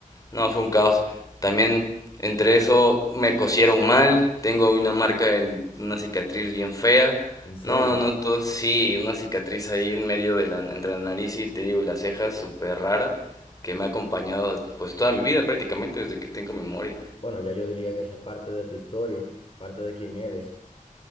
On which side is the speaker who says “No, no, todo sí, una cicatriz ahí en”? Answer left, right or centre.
Left